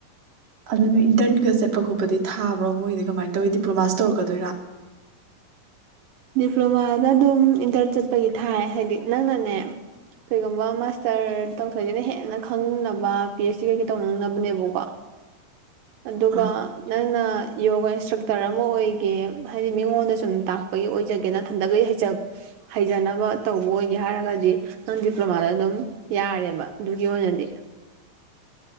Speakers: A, on the right; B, on the right.
A: ꯑꯗꯨ ꯅꯣꯏ ꯏꯟꯇ꯭ꯔꯟꯒ ꯆꯠꯄ ꯈꯣꯠꯄꯗꯤ ꯊꯥꯕ꯭ꯔꯣ ꯃꯣꯏꯗꯤ ꯀꯃꯥꯏꯟ ꯇꯧꯋꯤ ꯗꯤꯄ꯭ꯂꯣꯃꯥꯁꯨ ꯇꯧꯔꯛꯀꯗꯣꯏꯔꯥ <inaudible>
B: ꯗꯤꯄ꯭ꯂꯣꯃꯥꯗ ꯗꯨꯝ ꯏꯟꯇ꯭ꯔꯟ ꯆꯠꯄꯒꯤ ꯊꯥꯏ ꯍꯥꯏꯗꯤ ꯅꯪꯅꯅꯦ ꯀꯩꯒꯨꯝꯕ ꯃꯥꯁꯇꯔ ꯇꯧꯊꯣꯛꯏꯁꯤꯅ ꯍꯦꯟꯅ ꯈꯪꯅꯕ ꯄꯤ ꯑꯩꯆ ꯗꯤ ꯀꯩꯀꯩ ꯇꯧꯅꯤꯡꯅꯕꯅꯦꯕꯀꯣ ꯑꯗꯨꯒ
A: ꯑꯥ
B: ꯅꯪꯅ ꯌꯣꯒꯥ ꯏꯟꯁꯇ꯭ꯔꯛꯇꯔ ꯑꯃ ꯑꯣꯏꯒꯦ ꯍꯥꯏꯗꯤ ꯃꯤꯉꯣꯟꯗ ꯁꯨꯝ ꯇꯥꯛꯄꯒꯤ ꯑꯣꯏꯖꯒꯦ ꯅꯊꯟꯗꯒꯩ ꯍꯩꯖꯕ ꯍꯩꯖꯅꯕ ꯇꯧꯕ ꯑꯣꯏꯒꯦ ꯍꯥꯏꯔꯒꯗꯤ ꯅꯪ ꯗꯤꯄ꯭ꯂꯣꯃꯥꯗ ꯑꯗꯨꯝ ꯌꯥꯔꯦꯕ ꯑꯗꯨꯒꯤ ꯑꯣꯏꯅꯗꯤ